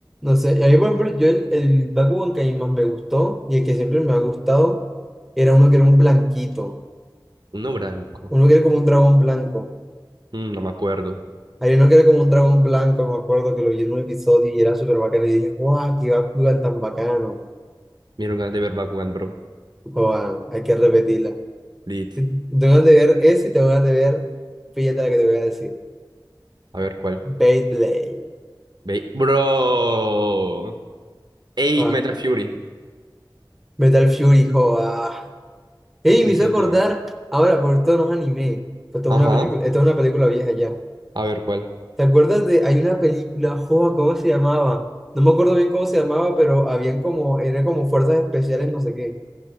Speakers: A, in the centre; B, on the right.
A: No sé, a mí, por ejemplo, yo el, el Bakugan que a mí más me gustó y el que siempre me ha gustado era uno que era un blanquito,
B: Uno blanco.
A: uno que era como un dragón blanco.
B: Mm, no me acuerdo.
A: Hay uno que era como un dragón blanco, me acuerdo que lo vi en un episodio y era súper bacano y dije, ¡guau, qué Bakugan tan bacano!
B: Me dieron ganas de ver Bakugan, bro.
A: Joa, hay que repetirla.
B: Lit.
A: Tengo ganas de ver ese y tengo ganas de ver, fíjate la que te voy a decir,
B: A ver cuál.
A: Beyblade,
B: Ve- Bro. Ey,
A: ah,
B: Metal Fury,
A: Metal Fury, joa. Ey,
B: definitivamente.
A: me hizo acordar ahora, por esto no es anime, pues esto
B: Ajá,
A: es una película, esto es una película vieja ya.
B: a ver cuál.
A: ¿Te acuerdas de, hay una película, joa, ¿cómo se llamaba? No me acuerdo bien cómo se llamaba, pero habían como, eran como fuerzas especiales, no sé qué.